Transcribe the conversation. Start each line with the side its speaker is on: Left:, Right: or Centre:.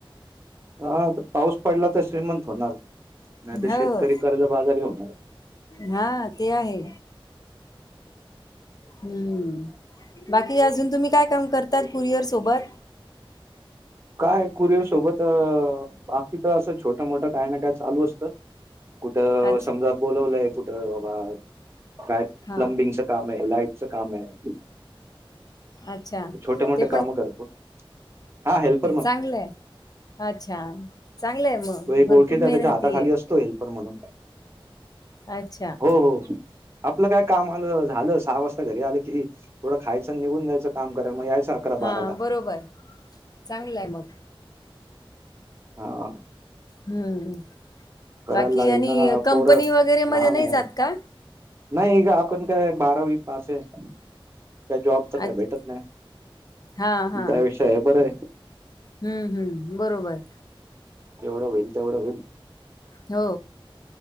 Right: हा तर पाऊस पडला तर श्रीमंत होणार नाही तर
Left: हो.
Right: शेतकरी कर्जबाजारी होणार.
Left: हा ते आहे. हम्म बाकी अजून तुम्ही काय काम करतात कुरिअर सोबत.
Right: काय कुरिअर सोबत अ अ बाकी तर असं छोट मोठं काय ना काय चालू असतं. कुठं
Left: अच्छा
Right: समजा बोलावलंय कुठं बा. काय
Left: हा
Right: प्लंमबिंगच काम आहे लाइटच काम आहे.
Left: अच्छा
Right: छोटे मोठे
Left: ते
Right: काम करतो हा हेल्प
Left: चांगलंय अच्छा चांगलंय मग
Right: तो एक
Left: भरपूर
Right: ओळखीचा आहे त्याच्या
Left: मेहनती
Right: हाताखाली
Left: आहे.
Right: असतो हेल्पर म्हणून
Left: अच्छा
Right: हो हो. आपलं काय काम आलं झालं सहा वाजता घरी आलं की थोडं खायचं निघून जायचं काम कराय मग यायचं. अकरा
Left: हा
Right: बाराला
Left: बरोबर चांगलंयं मग
Right: हा हा हा.
Left: हम्म.
Right: करायला
Left: बाकी
Right: लागेल
Left: आणि
Right: ना
Left: कंपनी
Right: पोर लहान
Left: वगैरे मध्ये नाही
Right: आहे.
Left: जात का?
Right: नाही ग आपण काय बारावी पास आहे. का जॉब च काय
Left: अच्छा
Right: भेटत नाही
Left: हा हा
Right: त्याविषय हे बरं आहे.
Left: हम्म हम्म बरोबर.
Right: एवढं होईल तेवढं होईल
Left: हो